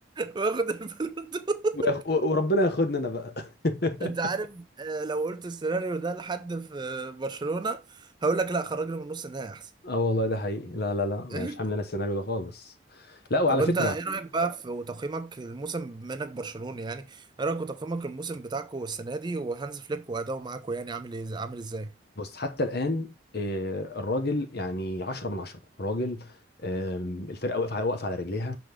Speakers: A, on the right; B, on the left.
A: وياخد البالون دور
B: وياخ... و- وربنا ياخدنا انا بقى <laughs>
A: انت عارف آه، لو قلت السيناريو ده لحد في آه، برشلونه هقول لك لا خرجنا من نص النهائي احسن
B: اه والله ده حقيقي لا لا لا مش
A: <laughs>
B: حامل انا السيناريو ده خالص لا وعلى
A: طب
B: فكره
A: انت ايه رايك بقى في وتقييمك الموسم بما انك برشلوني يعني ايه رايك وتقييمك الموسم بتاعكم السنه دي وهانز فليك واداؤه معاكم يعني عامل ايه عامل ازاي؟
B: بص حتى الان آه، الراجل يعني 10 من 10 الراجل آم، الفرقه واقفه واقفه على رجليها